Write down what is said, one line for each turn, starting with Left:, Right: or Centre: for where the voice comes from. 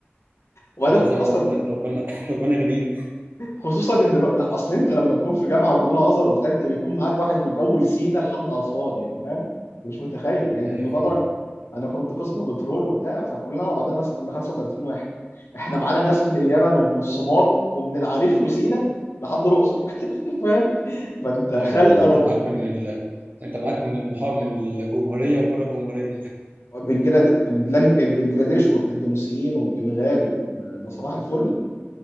Left: وبعدين
Right: خلاص يا عم
Left: اصلا
Right: ربنا ربنا <laughs> ربنا يغنينا
Left: خصوصا ان الو- لا اصل انت لما تكون في جامعه وكلها ازهر وبتاع انت بيكون معاك واحد من اول سينا لحد اسوان يعني فاهم مش متخيل يعني
Right: ايوه
Left: المدرج
Right: فعلا
Left: انا كنت قسم بترول وبتاع فكلنا على بعضنا مثلا كنا 35 واحد احنا معانا ناس من اليمن ومن الصومال ومن العريش وسينا لحد الاقصر <laughs> فاهم فانت خلق
Right: يا الله
Left: رب
Right: انت معاك من ال... انت معاك من المحا... من الجمهوريه وبره الجمهوريه
Left: بنجلاد... البلان- البنجلاديش والاندونيسيين والبنغال ده صباح الفل